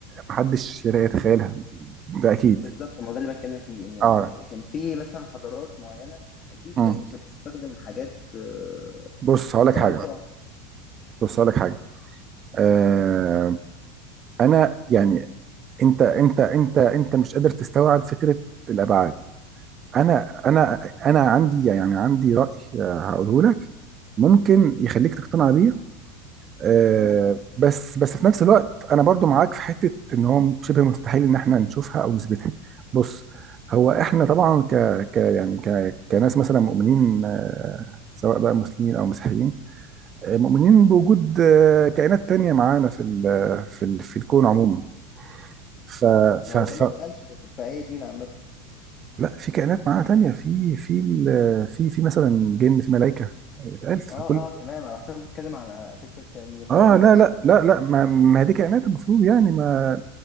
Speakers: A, on the right (about 30°); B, on the left (about 35°).
A: محدش يقدر يتخيلها ده اكيد
B: بالظبط ما هو ده اللي بتكلم فيه ان ان
A: اه
B: كان في مثلا حضارات معينه اكيد
A: مم.
B: كانت بتستخدم حاجات آه،
A: بص هقول لك
B: فائقه
A: حاجه بص هقول لك حاجه آه انا يعني انت انت انت انت مش قادر تستوعب فكره الابعاد انا انا انا عندي يعني عندي راي آه، هقوله لك ممكن يخليك تقتنع بيه آه،
B: قول
A: بس بس في نفس الوقت انا برضو معاك في حته ان هو شبه مستحيل ان احنا نشوفها او نثبتها بص هو احنا طبعا ك ك يعني ك كناس مثلا مؤمنين آه، سواء بقى مسلمين او مسيحيين آه، مؤمنين بوجود آه، كائنات تانية معانا في ال في ال في الكون عموما ف ف
B: هو ده
A: ف
B: ما اتقالش في في اي دين عامه
A: لا في كائنات معانا تانية في في ال- في في مثلا جن في ملائكه آه، اتقالت في
B: اه
A: كل
B: اه تمام انا حسب بتكلم على فكره يعني فضائيين
A: اه لا
B: وكده
A: لا لا لا ما, ما هي دي كائنات المفروض يعني ما